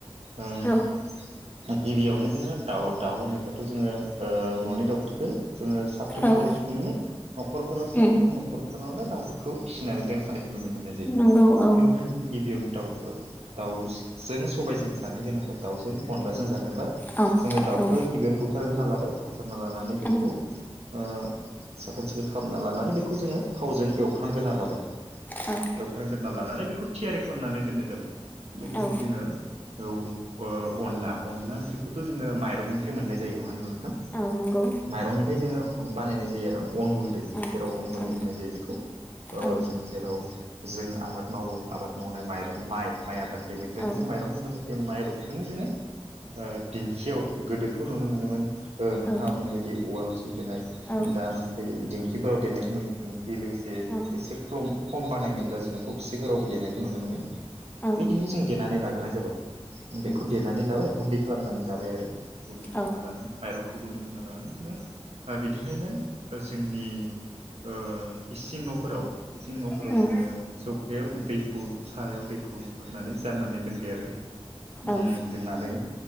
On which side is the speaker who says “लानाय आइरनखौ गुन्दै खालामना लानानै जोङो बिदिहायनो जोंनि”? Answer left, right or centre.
Right